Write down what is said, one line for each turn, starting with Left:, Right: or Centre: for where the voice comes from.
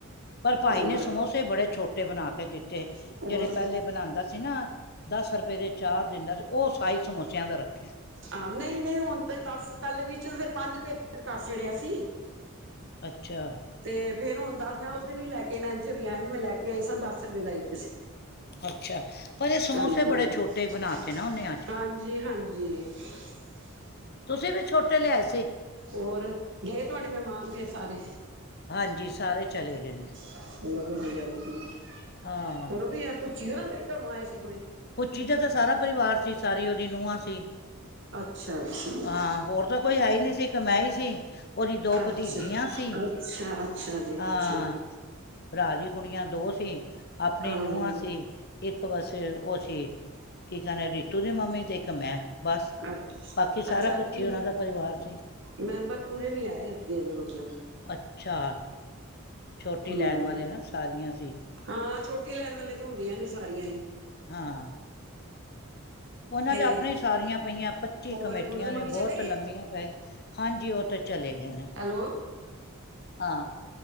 Left: ਪਰ ਭਾਈ
Right: ਹੋਰ
Left: ਨੇ ਸਮੋਸੇ ਬੜੇ ਛੋਟੇ ਬਣਾ ਕੇ ਦਿੱਤੇ
Right: ਹੋਰ
Left: ਜਿਹੜੇ ਪੈਲੇ ਬਣਾਂਦਾ ਸੀ ਨਾ। ਦਾੱਸ ਰਪਏ ਦੇ ਚਾਰ ਦੇਂਦਾ ਸੀ, ਓ ਸਾਈਜ਼ ਸਮੋਸੇਆਂ ਦਾ ਰੱਖੇਆ।
Right: ਆ ਨਹੀਂ-ਨਹੀਂ ਹੁਣ ਤੇ ਦੱਸ ਪੈਲੇ ਵਿੱਚ ਫਿਰ ਪੰਜ ਰੁਪਏ ਕਰ ਛੜਿਆ ਸੀ।
Left: ਅੱਛਾ
Right: ਤੇ ਫੇਰ ਹੁਨ ਦਾੱਸ, ਮੈਂ ਉਸ ਦਿਨ ਵੀ ਲੈ ਕੇ, ਨੈਨਸੀ ਹੋਰੀ ਆਏ ਨੇ, ਮੈਂ ਲੈ ਕੇ ਆਈ ਸਾਂ ਦਾੱਸ ਰਪੇ ਦਾ ਇੱਕ ਸੀ।
Left: ਅੱਛਾ ਪਰ ਇਹ ਸਮੋਸੇ
Right: ਹਾਂਜੀ
Left: ਬੜੇ
Right: ਹਾਂ,
Left: ਛੋਟੇ ਬਣਾ ਤੇ ਨਾ ਉਹਨੇ ਅੱਜ
Right: ਹਾਂਜੀ-ਹਾਂਜੀ। <unintelligible>
Left: ਤੁਸੀਂ ਵੀ ਛੋਟੇ ਲਿਆਏ ਸੀ।
Right: ਹੋਰ ਗਏ ਤੁਹਾਡੇ ਮਹਿਮਾਨ ਫੇਰ ਸਾਰੇ?
Left: ਹਾਂਜੀ ਸਾਰੇ ਚਲੇ ਗਏ ਨੇ।
Right: ਚਲੋ ਵਧੀਆ-ਵਧੀਆ
Left: ਹਾਂ
Right: ਹੋਰ ਵੀ ਆ ਪੁੱਛੀ ਹੋਰਾਂ ਦੇ ਵੀ ਘਰੋਂ ਆਏ ਸੀ ਕੋਈ?
Left: ਫੁੱਚੀ ਦਾ ਤਾਂ ਸਾਰਾ ਪਰਿਵਾਰ ਸੀ'ਸਾਰੀ ਉਹਦੀ ਨੂੰਹਾਂ ਸੀ
Right: ਅੱਛਾ ਅੱਛਾ
Left: ਹਾਂ ਹੋਰ ਸਭ। ਕੋਈ ਹੈਈ ਨਹੀਂ ਸੀ ਇੱਕ ਮੈਂ ਹੀ ਸੀ ਉਹਦੀ ਦੋ
Right: ਅੱਛਾ
Left: ਭਤੀਜੀਆਂ ਸੀ।
Right: ਅੱਛਾ ਅੱਛਾ ਜੀ
Left: ਹਾਂ,
Right: ਅੱਛਾ
Left: ਭਰਾ ਦੀ ਕੁੜੀਆਂ ਦੋ ਸੀ'ਆਪਣੇ
Right: ਹਮ
Left: ਨੂੰਹਾਂ ਸੀ। ਇੱਕ ਬਸ ਉਹ ਸੀ ਕੀ ਕਹਿਣੇ ਰਿਤੂ ਦੀ ਮੰਮੀ ਤੇ। ਮੈਂ ਬਸ
Right: ਅੱਛਾ
Left: ਬਾਕੀ
Right: ਅੱਛਾ
Left: ਸਾਰਾ
Right: ਐਤਕੀ
Left: ਪੁੱਛੀ ਉਹਨਾਂ ਦਾ ਪਰਿਵਾਰ ਸੀ।
Right: ਮੈਂਬਰ ਪੂਰੇ ਨੀ ਆਏ <unintelligible> ਮਤਲਬ।
Left: ਅੱਛਾ ਛੋਟੀ
Right: ਹਮ
Left: ਲੈਣ ਵਾਲੇ ਨਾ ਸਾਰੀਆਂ ਸੀ।
Right: ਹਾਂ, ਛੋਟੀ ਲੈਣ ਵਾਲੇ ਤਾਂ ਹੁੰਦੀਆਂ ਨੇ ਸਾਰੀਆਂ ਹੀ।
Left: ਹਾਂ। ਉਹਨਾਂ
Right: ਤੇ
Left: ਦੇ ਆਪਣੇ ਸਾਰੀਆਂ ਪਈਆਂ ਪੱਚੀ
Right: ਹੋਰ
Left: ਕਮੇਟੀਆਂ
Right: ਗੁਰੂ ਦੀ
Left: ਨੇ
Right: ਮੰਮੀ ਚਲੇ
Left: ਬਹੁਤ
Right: ਗਏ
Left: ਲੰਮੀਆਂ ਪਏ। ਹਾਂਜੀ ਉਹ ਤਾਂ ਚਲੇ ਗਏ ਨੇ'
Right: ਹੈਲੋ
Left: ਹਾਂ।